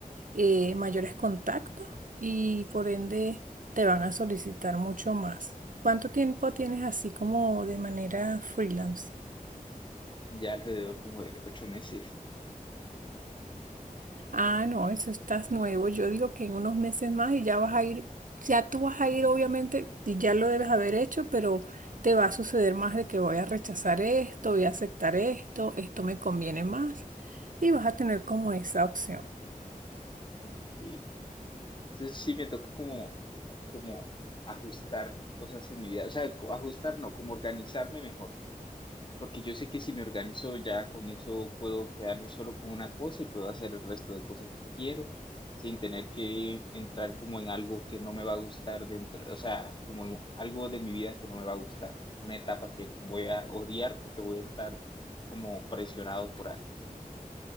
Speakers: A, on the right (about 65°); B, on the left (about 35°).
A: eh, mayores contactos y por ende te van a solicitar mucho más. ¿Cuánto tiempo tienes así como de manera freelance?
B: ya alrededor como de ocho meses.
A: Ah, no, eso estás nuevo. Yo digo que en unos meses más y ya vas a ir, ya tú vas a ir, obviamente, y ya lo debes haber hecho, pero te va a suceder más de que voy a rechazar esto, voy a aceptar esto, esto me conviene más, y vas a tener como esa opción.
B: Ok. Entonces sí me toca como, como ajustar cosas en mi vida, o sea, co- ajustar no, como organizarme mejor. Porque yo sé que si me organizo ya con eso puedo quedarme solo con una cosa y puedo hacer el resto de cosas que quiero sin tener que entrar como en algo que no me va a gustar dentro, o sea, como en algo de mi vida que no me va a gustar, una etapa que voy a odiar porque voy a estar como presionado por algo.